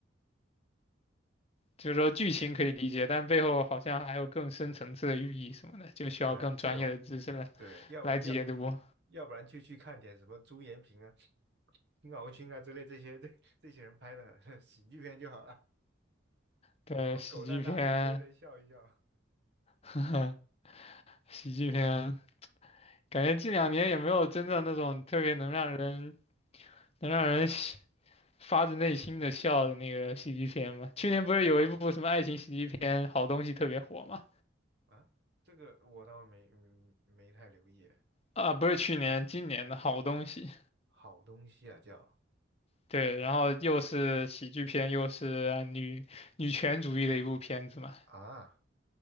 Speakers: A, on the left; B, on the right.
A: 就是说剧情可以理解，但背后好像还有更深层次的寓意什么的，就需要更专业的知识来
B: 是啊，这种对，要不要
A: 来解读。
B: 要不然就去看点什么朱延平啊、金鳌勋啊之类这些这这些人拍的 <laughs> 喜剧片就好了，
A: 对，
B: 什么狗蛋大兵之类的笑一笑
A: 喜剧片，<laughs> 呵呵喜剧片，感觉近两年也没有真正那种特别能让人能让人喜发自内心的笑的那个喜剧片嘛。去年不是有一部什么爱情喜剧片《好东西》特别火嘛？
B: 啊，这个我倒没没没太留意。
A: 啊，不是去年，今年的好东西。
B: 好东西啊，叫
A: 对，然后又是喜剧片，又是女女权主义的一部片子嘛。
B: 啊，